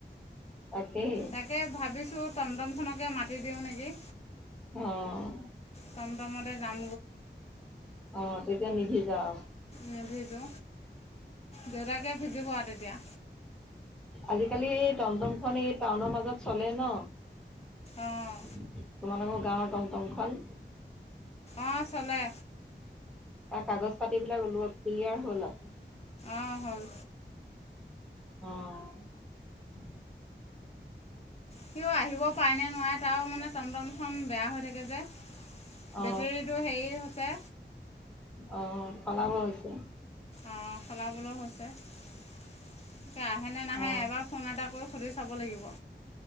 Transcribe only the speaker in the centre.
তাকেই
অ'।
অ তেতিয়া নিভিজা আৰু
আজিকালি এই টমটমখন এই টাউনৰ মাজত চলে ন।
তোমালোকৰ গাঁৱৰ টমটমখন-
ত, কাগজ পাতিবিলাক ক্লিয়াৰ হ'ল আ।
অ'।
অ
অ' সলাব হৈছে।
অ